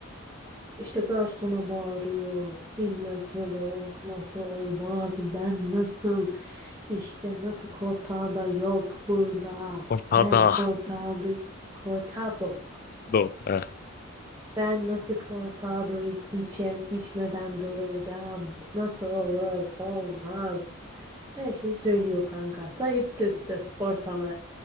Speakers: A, on the right (about 15°); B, on the left (about 45°).
A: İşte garsona bağırıyor. Bilmem kime bağırıyor. Yok nasıl olmaz? Ben nasıl? İşte nasıl da yok burada.
B: Ortada.
A: Ben kortada kortado.
B: Do. Ha.
A: Ben nasıl kortado iç- içem, içmeden duracağım? Nasıl olur? Olmaz. Her şeyi söylüyor kanka. Sayıp döktü ortalığı.